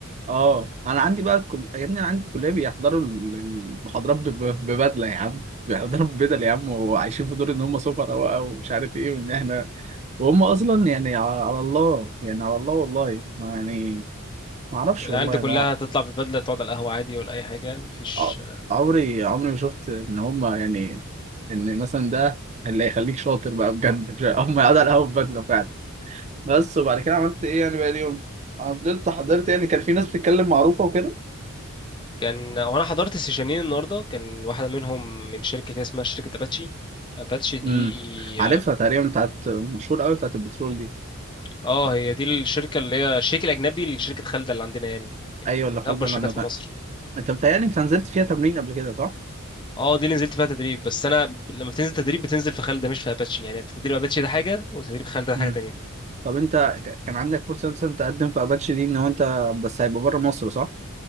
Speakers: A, on the right; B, on the left.
A: اه انا عندي بقى كل يا ابني انا عندي في الكليه بيحضروا ال- المحاضرات بب- ببدله يا عم بيحضروا ببدل يا عم وعايشين في دور ان هم سفراء بقى ومش عارف ايه وان احنا وهم اصلا يعني ع- على الله يعني على الله والله يعني ما اعرفش
B: العيال
A: والله
B: دي كلها
A: انا
B: تطلع ببدله تقعد على القهوه عادي ولا اي حاجه مفيش
A: ع- عمري عمري ما شفت ان هما يعني ان مثلا ده اللي هيخليك شاطر بقى بجد <laughs> هما يقعدوا على القهوه بدله فعلا بس وبعد كده عملت ايه يعني بقى اليوم انا فضلت حضرت يعني كان في ناس بتتكلم معروفه وكده
B: كان وانا حضرت سيشنين النهارده كان واحده منهم من شركه كده اسمها شركه اباتشي اباتشي دي
A: امم عارفها
B: اه
A: تقريبا بتاعت مشهور قوي بتاعت البترول دي
B: آه، هي دي الشركه اللي هي الشريك الاجنبي لشركه خالده اللي عندنا يعني
A: ايوه اللي خالده
B: اكبر شركات
A: اللي عندها
B: في
A: فقر.
B: مصر
A: انت بتهيألي انت نزلت فيها تمرين قبل كده صح؟
B: اه دي اللي نزلت فيها تدريب بس انا ب- لما بتنزل تدريب بتنزل في خالد ده، مش في اباتشي يعني تدريب اباتشي ده حاجه وتدريب خالد ده حاجه
A: امم
B: تانية
A: طب انت ك- كان عندك فرصه مثلا تقدم في اباتشي دي ان هو انت بس هيبقى بره مصر صح؟